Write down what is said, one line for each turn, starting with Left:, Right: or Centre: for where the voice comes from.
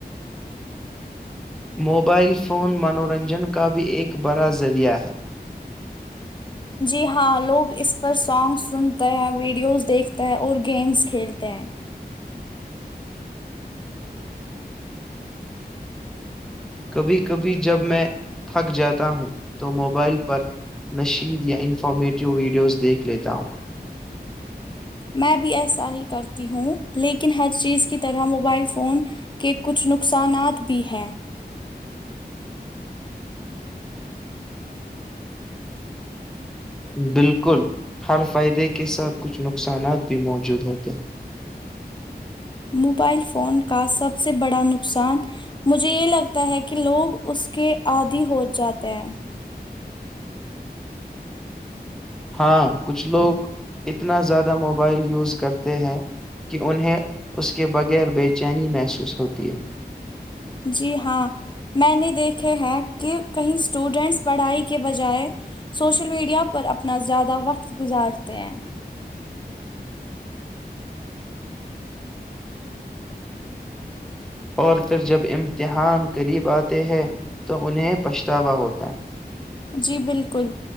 Centre: موبائل فون منورنجن کا بھی ایک بڑا ذریعہ ہے
Left: جی ہاں لوگ اس پر سانگ سنتے ہیں ویڈیوز دیکھتے ہیں اور گیمس کھیلتے ہیں
Centre: کبھی کبھی جب میں تھک جاتا ہوں تو موبائل پر نشید یا انفارمیٹو ویڈیوز دیکھ لیتا ہوں
Left: میں بھی ایسا ہی کرتی ہوں لیکن ہر چیز کی طرح موبائل فون کے کچھ نقصانات بھی ہیں
Centre: بالکل ہر فائدے کے ساتھ کچھ نقصانات بھی موجود ہوتے ہیں
Left: موبائل فون کا سب سے بڑا نقطہ نقصان مجھے یہ لگتا ہے کہ لوگ اس کے آدھی ہو جاتے ہیں
Centre: ہاں کچھ لوگ اتنا زیادہ موبائل یوز کرتے ہیں کہ انہیں اس کے بغیر بے چینی محسوس ہوتی ہے
Left: جی ہاں میں نے دیکھے ہیں کہ کہیں اسٹوڈینٹس پڑھائی کے بجائے سوشل میڈیا پر اپنا زیادہ وقت گزارتے ہیں
Centre: اور پھر جب امتحان قریب آتے ہیں تو انہیں پچھتاوا ہوتا ہے
Left: جی بالکل